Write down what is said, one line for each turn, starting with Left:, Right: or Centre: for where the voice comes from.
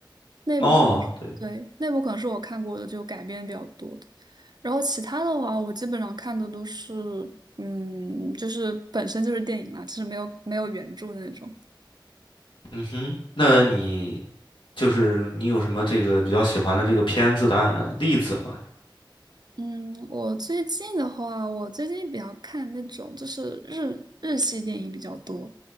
Right: 那部
Left: 哦，对，
Right: 对那部可能是我看过的就改编比较多的。然后其他的话，我基本上看的都是嗯，就是本身就是电影啦，就是没有没有原著的那种。
Left: 嗯哼。那你就是你有什么这个比较喜欢的这个片子的案例子吗？
Right: 嗯，我最近的话，我最近比较看那种就是日日系电影比较多。